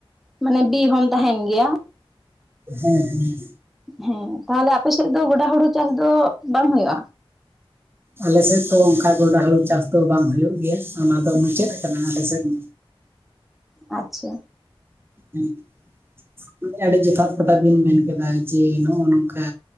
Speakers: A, in the centre; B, on the right.
A: ᱢᱟᱱᱮ ᱵᱤ ᱦᱚᱢ ᱛᱟᱦᱮᱱ ᱜᱮᱭᱟ᱾
B: ᱦᱮᱸ ᱦᱮᱸ ᱾
A: ᱦᱮᱸ ᱛᱟᱦᱚᱞᱮ ᱟᱯᱮ ᱥᱮᱫ ᱫᱚ ᱜᱳᱰᱟ ᱦᱩᱲᱩ ᱪᱟᱥ ᱫᱚ ᱵᱟᱝ ᱦᱩᱭᱩᱜᱼᱟ?
B: ᱟᱞᱮ ᱥᱮᱫ ᱫᱚ ᱚᱝᱠᱟ ᱜᱚᱸᱰᱟ ᱦᱩᱲᱩ ᱪᱟᱥ ᱫᱚ ᱵᱟᱝ ᱦᱩᱭᱩᱜ ᱜᱮᱭᱟ᱾ ᱚᱱᱟ ᱫᱚ ᱢᱩᱪᱟᱹᱫ ᱟᱠᱟᱱᱟ ᱟᱞᱮ ᱥᱮᱫ ᱾
A: ᱟᱪᱪᱷᱟ᱾
B: ᱦᱮᱸ, ᱟᱹᱰᱤ ᱡᱚᱛᱷᱟᱛ ᱠᱟᱛᱷᱟ ᱵᱤᱱ ᱢᱮᱱ ᱠᱮᱫᱟ᱾ ᱡᱮ ᱱᱚᱜᱼᱚ ᱱᱚᱝᱠᱟ